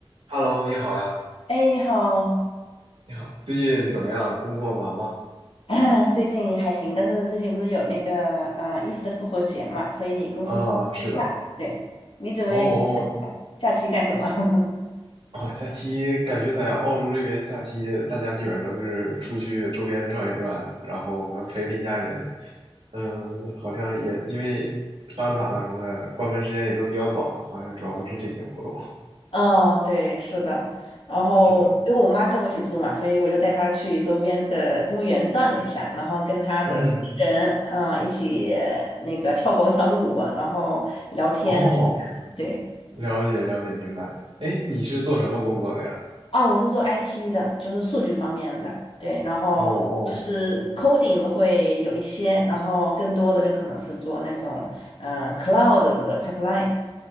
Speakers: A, on the right; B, on the left.
A: Hello，你好呀，
B: 哎，你好
A: 你好，最近怎么样？工作忙吗？
B: 啊 <clears throat> 最近还行，但是最近不是有那个呃伊斯的复活节嘛，所以公司放假。
A: 啊，是的，
B: 对，你准备
A: 哦哦
B: 假期干什么？<laughs>
A: 哦，假期感觉在澳洲这边假期，大家基本上都是出去周边转一转，然后可能陪陪家人。嗯，好像也因为商场啊什么的关门时间也都比较早嘛，好像主要都是这些活动。
B: 哦，对，是的。然后因为我妈跟我一起住嘛，
A: 是的，
B: 所以我就带她去周边的公园转了一下，然后跟她的同龄人啊、
A: 嗯，
B: 呃一起呃那个跳广场舞啊然后聊天。
A: 哦，
B: 对，
A: 了解了解，明白。哎，你是做什么工作的呀？
B: 哦，我是做 IT 的，就是数据方面的，对，然后就是
A: 哦哦
B: coding 会有一些，然后更多的就可能是做那种呃 cloud 的 pipeline。